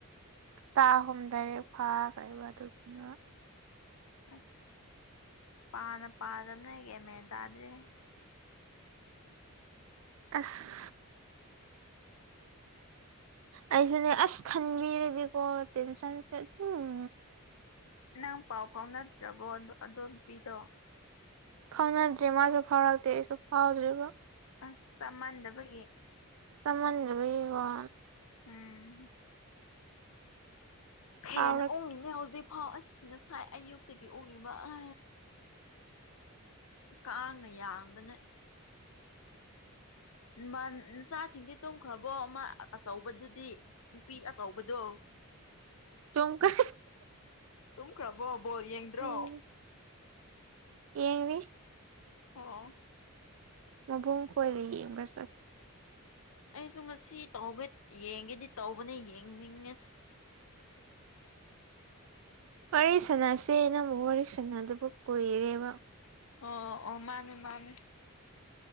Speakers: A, on the right; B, on the left.
A: ꯍꯞꯇꯥ ꯑꯍꯨꯝꯗꯔꯦ ꯐꯥꯈ꯭ꯔꯕ ꯑꯗꯨꯒꯤꯅꯦꯕ
B: ꯑꯁ ꯄꯥꯅ ꯄꯥꯗꯕꯅꯦ ꯀꯦ ꯃꯦꯟ ꯇꯥꯗ꯭ꯔꯔꯤ
A: ꯑꯁ ꯑꯩꯁꯨꯅꯦ ꯑꯁ ꯈꯟꯕꯤꯔꯗꯤꯀꯣ ꯇꯦꯟꯁꯟꯁꯦ ꯑꯗꯨꯝ
B: ꯅꯪ ꯄꯥꯎ ꯐꯥꯎꯅꯗ꯭ꯔꯕꯣ ꯑꯗꯨꯣ ꯄꯤꯗꯣ
A: ꯐꯥꯎꯅꯗ꯭ꯔꯦ ꯃꯥꯁꯨ ꯐꯥꯎꯔꯛꯇꯦ ꯑꯩꯁꯨ ꯐꯥꯎꯗ꯭ꯔꯤꯕ
B: ꯑꯁ ꯆꯞ ꯃꯥꯟꯗꯕꯒꯤ
A: ꯁꯃꯖꯕꯤ ꯋꯥ
B: ꯎꯝ ꯐꯦꯟ
A: ꯀꯥꯎꯔꯛ
B: ꯑꯣꯡꯉꯤꯅꯦ ꯍꯧꯖꯤꯛꯐꯥꯎ ꯑꯁꯤꯅ ꯁꯥꯏ ꯑꯌꯨꯛꯇꯒꯤ ꯑꯣꯡꯉꯤꯕ ꯑ ꯀꯥꯡꯅ ꯌꯥꯡꯕꯅ ꯃꯆꯥꯁꯤꯡꯗꯤ ꯇꯨꯝꯈ꯭ꯔꯕꯣ ꯑꯃ ꯑꯆꯧꯕꯗꯨꯗꯤ ꯅꯨꯄꯤ ꯑꯆꯧꯕꯗꯣ
A: ꯇꯨꯝꯈ꯭ꯔꯦ
B: ꯇꯨꯝꯈ꯭ꯔꯕꯣꯕꯣ ꯌꯦꯡꯗ꯭ꯔꯣ
A: ꯎꯝ ꯌꯦꯡꯔꯤ
B: ꯑꯣ
A: ꯃꯕꯨꯣꯡ ꯈꯣꯨꯁ
B: ꯑꯩꯁꯨ ꯉꯁꯤ ꯇ ꯌꯦꯡꯒꯦꯗꯤ ꯇꯧꯕꯅ ꯌꯦꯡꯅꯤꯡꯉꯁ
A: ꯋꯥꯔꯤ ꯁꯅꯁꯦ ꯅ ꯑꯃꯛ ꯋꯥꯔꯤ ꯁꯥꯅꯗꯨꯕꯨ ꯀꯨꯏꯔꯦꯕ
B: ꯑꯣ ꯑꯣ ꯃꯥꯅꯦ ꯃꯥꯅꯦ